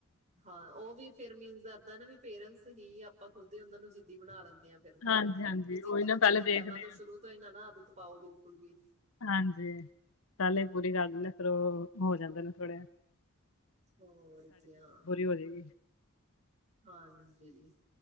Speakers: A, on the right (about 30°); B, on the left (about 70°).
A: ਹਾਂ ਉਹ ਵੀ ਫੇਰ ਮੀਨਸ ਇਦਾਂ ਨਾ ਹੀ ਆਪਾਂ ਖੁਦ ਉਹ ਨੂੰ ਜਿੱਦੀ ਬਣਾ ਲੈਂਦੇ ਫਿਰ
B: ਹਾਂਜੀ ਹਾਂਜੀ
A: ਜਿੱਦ
B: ਉਹੀ
A: ਬੱਚੇ
B: ਨਾ ਪਹਿਲੇ
A: ਦੀ
B: ਦੇਖਦੇ
A: ਪਹਿਲਾਂ ਤੋਂ
B: ਆ
A: ਸ਼ੁਰੂ ਤੋਂ ਹੀ ਨਾ ਨਾ ਆਦਤ ਪਾਓ ਬਿਲਕੁਲ ਵੀ
B: ਹਾਂਜੀ ਗੱਲ ਪੂਰੀ ਕਰ ਦਿੰਦੇ ਫੇਿਰ ਉਹ ਹੋ ਜਾਂਦੇ ਨੇ ਥੋੜ੍ਹੇ
A: ਹੋਰ ਕਿਆ
B: ਹੋ ਜਾਏਗੀ
A: ਹਾਂਜੀ